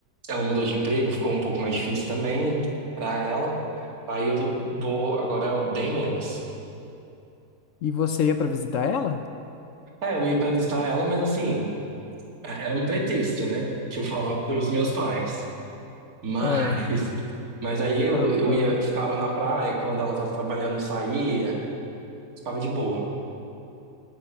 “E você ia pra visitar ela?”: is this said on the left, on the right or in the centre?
Left